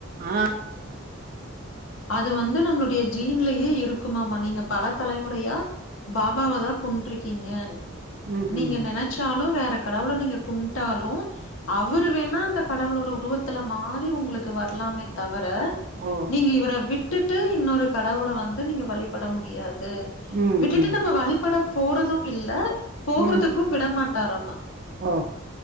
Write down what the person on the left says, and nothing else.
அது வந்து நம்மளுடைய ஜீன்லயே இருக்குமாமா நீங்க பல தலைமுறையா பாபாவ தா கும்ட்ரிக்கீங்க
நீங்க நெனைச்சாலு வேற கடவுள நீங்க கும்ட்டாலு அவுரு வேணா அந்த கடவுளோட உருவத்துல மாறி உங்களுக்கு வர்லாமே தவர
நீங்க இவ்ர விட்டுட்டு இன்னொரு கடவுள வந்து நீங்க வழிப்பட முடியாது
விட்டுட்டு
நம்ம வழிபட போறது இல்ல போகுறதுக்கு
விடமாட்டாராம